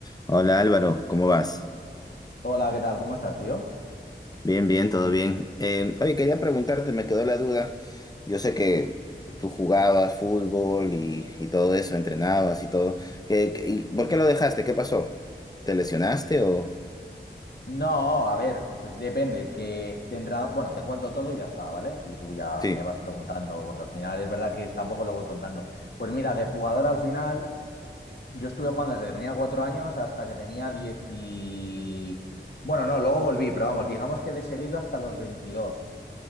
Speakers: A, on the left; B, on the left.
A: Hola Álvaro, ¿cómo vas?
B: Hola, ¿qué tal? ¿Cómo estás, tío?
A: Bien, bien, todo bien. Eh, oye, quería preguntarte, me quedó la duda. Yo sé que tú jugabas fútbol y, y todo eso, entrenabas y todo. ¿Qué- qué- y
B: Mm.
A: por qué lo dejaste? ¿Qué pasó? ¿Te lesionaste o...?
B: No, a ver, depende, que de entrada, bueno, te cuento todo y ya está, ¿vale? Y tú ya
A: Sí,
B: me vas preguntando, porque al final es verdad que tampoco lo voy contando. Pues mira, de jugador al final, yo estuve jugando desde que tenía cuatro años hasta que tenía diez y... Bueno, no, luego volví, pero vamos, digamos que de seguido hasta los 22.